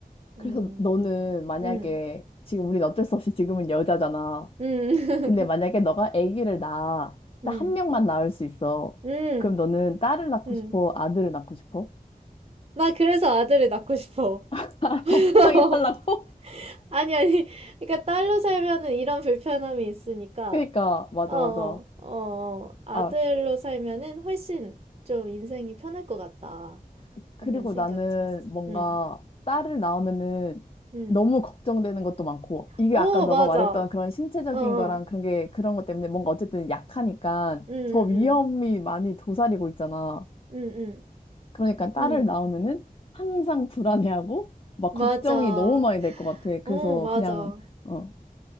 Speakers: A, on the right; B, on the left.
A: 음,
B: 그래서 너는 만약에,
A: 음,
B: 지금 우린 어쩔 수 없이 지금은 여자잖아.
A: 음, <laughs>
B: 근데 만약에 너가 아기를 낳아. 나
A: 음,
B: 한 명만 낳을 수 있어.
A: 음,
B: 그럼 너는 딸을 낳고
A: 음.
B: 싶어? 아들을 낳고 싶어?
A: 나 그래서 아들을 낳고 싶어.
B: <laughs>
A: <laughs>
B: 더 편하게 살라고?
A: 아니, 아니. 그러니까 딸로 살면은 이런 불편함이 있으니까,
B: <laughs> 그니까. 맞아,
A: 어, 어,
B: 맞아.
A: 어, 어. 아들로
B: 아,
A: 살면은 훨씬 좀 인생이 편할 것 같다.
B: 그리고
A: 이런 생각을
B: 나는
A: 좀 했었어.
B: 뭔가
A: 응,
B: 딸을 낳으면은
A: 응.
B: 너무 걱정되는 것도 많고, 이게
A: 어,
B: 아까 너가
A: 맞아.
B: 말했던 그런 신체적인
A: 어, 어.
B: 거랑 그런 게, 그런 것 때문에 뭔가 어쨌든 약하니까
A: 응,
B: 더 위험이
A: 응,
B: 많이 도사리고 있잖아.
A: 응, 응,
B: 그러니까 딸을
A: 응. 응.
B: 낳으면은 항상 불안해하고, 막
A: 맞아.
B: 걱정이 너무 많이 될 것 같아. 그래서
A: 어, 맞아.
B: 그냥, 어,